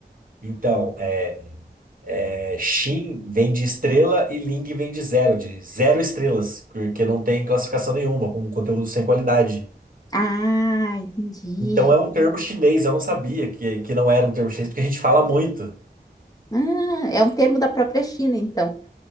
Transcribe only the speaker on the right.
Então, é, é, Xin vem de estrela e Ling vem de zero, de zero estrelas, porque não tem classificação nenhuma, com conteúdo sem qualidade.
Então é um termo chinês, eu não sabia que, que não era um termo chinês, porque a gente fala muito.